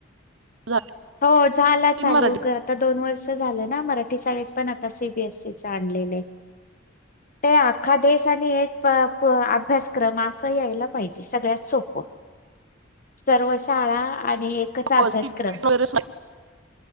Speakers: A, on the right; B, on the left.
A: झाले
B: हो झाला चालू
A: मराठी
B: उगा आता दोन वर्ष झालं ना मराठी शाळेत. पण आता सी. बी. एसई च आणलेले, ते अख्खा देश आणि एक प-प अभ्यासक्रम असं यायला पाहिजे, सगळ्यात सोप्पं सर्व शाळा आणि एकच
A: <unintelligible>
B: अभ्यासक्रम
A: वगैरे <unintelligible>